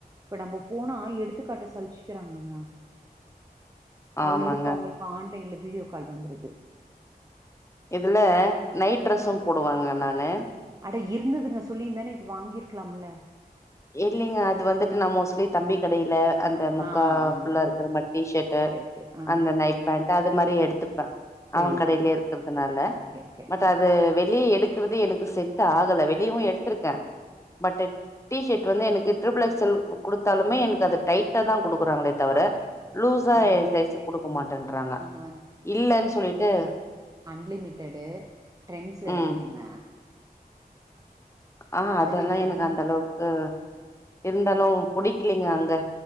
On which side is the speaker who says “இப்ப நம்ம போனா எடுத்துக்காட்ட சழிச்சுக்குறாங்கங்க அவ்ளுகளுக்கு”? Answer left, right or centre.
Right